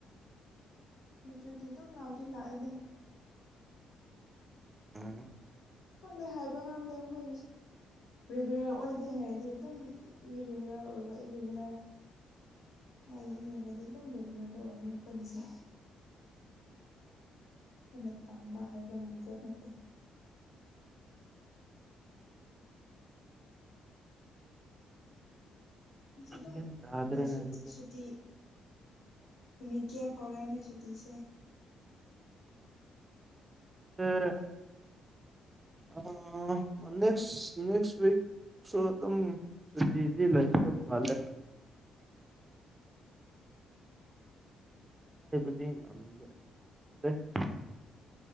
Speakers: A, on the left; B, on the right.
A: ꯏꯂꯦꯛꯇ꯭ꯔꯤꯗꯤ ꯑꯗꯨꯝ ꯂꯥꯛꯗꯤ ꯂꯥꯛꯑꯦꯗ
B: ꯎꯝ
A: ꯈꯪꯗꯦ ꯍꯥꯏꯕ ꯉꯝꯗꯦ ꯃꯈꯣꯏꯒꯤꯁꯤ ꯔꯤꯒꯨꯂꯔ ꯑꯣꯏꯗꯦ ꯍꯥꯏꯔꯗꯤ ꯑꯗꯨꯝ ꯏꯔꯤꯒꯨꯂꯔ ꯑꯣꯏꯕ ꯏꯔꯤꯒꯨꯂꯔ ꯍꯥꯏꯔꯗꯤ ꯑꯗꯨꯝ ꯔꯤꯒꯨꯂꯔꯗꯤ ꯑꯣꯏꯕ ꯃꯈꯣꯏꯒꯤꯁꯦ ꯑꯩꯈꯣꯏꯅ ꯇꯝꯕ ꯍꯥꯏꯕ ꯉꯝꯕꯄꯣꯠ ꯅꯠꯇꯦ <unintelligible>
B: ꯒ꯭ꯌꯥꯟ ꯇꯥꯗ꯭ꯔꯦꯅꯦ ꯑꯗꯨꯗꯤ
A: ꯁꯨꯇꯤ ꯅꯨꯃꯤꯠ ꯀꯌꯥ ꯐꯥꯎꯔ ꯅꯣꯏ ꯁꯨꯇꯤꯁꯦ
B: ꯑꯥ ꯑꯥ ꯅꯦꯛꯁ ꯅꯦꯛꯁꯋꯤꯛ ꯑꯗꯨꯝ ꯁꯨꯇꯤꯗꯤ ꯂꯩꯒꯗꯧ ꯃꯥꯂꯦ <unintelligible>